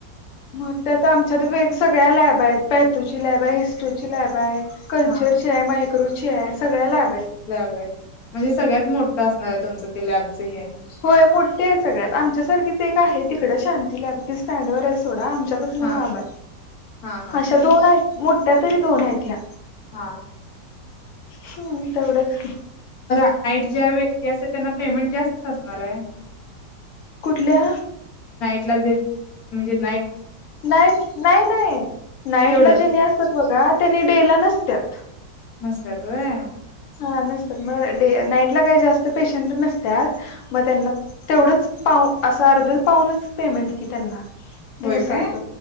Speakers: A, on the left (about 85°); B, on the left (about 65°).
A: मग त्या तर आमच्यात वेग सगळ्या लॅब आहेत पॅथोची लॅब आहे हिस्ट्रोची लॅब आहे कल्चर
B: हा
A: चे आहे मायक्रोचे आहे सगळ्या लाॅब
B: लॅब आहे म्हणजे सगळ्यात मोठं असणार आहे तुमचं ते लॅबच हे
A: होय मोठे आहे सगळ्यात आमच्या सारखीच एक आहे तिकड शांती लॅब ती स्टँडवर आहे सोडा आ
B: हा
A: ला आहे
B: हा हा
A: अशा दोन आहेत मोठ्या तरी दोन आहेत ह्या
B: हा
A: हम् तेवढंच की
B: तर नाईट ज्या व्यक्ती असते त्यांना पेमेंट जास्त असणार आहे
A: कुठल्या
B: म्ह
A: नाईट नाही नाही नाईटला
B: तेवढंच
A: जेनी असतात बघ त्यानी डेला नसत तथ
B: नसत्यात होय
A: हा नसतात मग डे नाईटला काही जास्त पेशंट नसतात मग त्यांना तेवढंच पाह असा अर्धच पाहूनच पेमेंट की त्यांना
B: होय
A: दिवसाच
B: काय